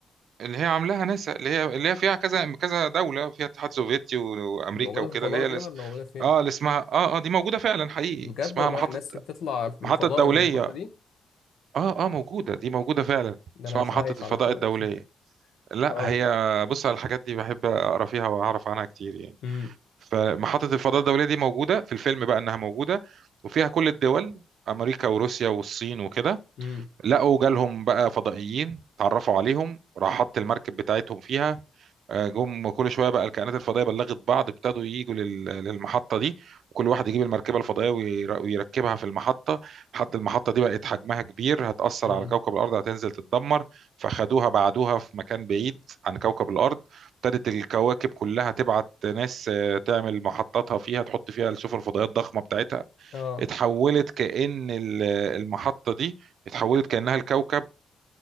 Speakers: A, on the right; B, on the left.
A: اللي هي عاملاها ناسا اللي هي اللي هي فيها كذا كذا دولة فيها الاتحاد السوفيتي و... وأمريكا
B: دي موجودة
A: وكده
B: في الفضاء
A: اللي هي
B: دي
A: الاس...
B: ولا موجودة فين؟
A: اه اللي اسمها اه اه دي موجودة فعلا حقيقي
B: دي بجد
A: اسمها
B: والله
A: محطة
B: الناس اللي بتطلع في الفضاء
A: محطة دولية
B: المحطة دي
A: اه اه موجودة دي موجودة فعلا
B: ده
A: اسمها
B: أنا مش
A: محطة
B: عايش
A: الفضاء
B: على كده
A: الدولية
B: <laughs>
A: لا
B: اه
A: هي بص على الحاجات دي بحب اقرا فيها واعرف عنها كتير يعني
B: امم
A: فمحطة الفضاء الدولية دي موجودة في الفيلم بقى انها موجودة وفيها كل الدول امريكا وروسيا والصين وكده
B: امم
A: لقوا جالهم بقى فضائيين اتعرفوا عليهم راح حط المركب بتاعتهم فيها آه، جم كل شويه بقى الكائنات الفضائيه بلغت بعض ابتدوا يجوا لل- للمحطه دي وكل واحد يجيب المركبه الفضائيه وير- ويركبها في المحطه لحد المحطه دي بقت حجمها كبير هتاثر
B: امم
A: على كوكب الارض هتنزل تتدمر فخدوها بعدوها في مكان بعيد عن كوكب الارض ابتدت الكواكب كلها تبعت ناس آه، تعمل محطاتها فيها تحط فيها السفن الفضائيه الضخمه بتاعتها
B: اه
A: اتحولت كأن ال- المحطه دي اتحولت كأنها الكوكب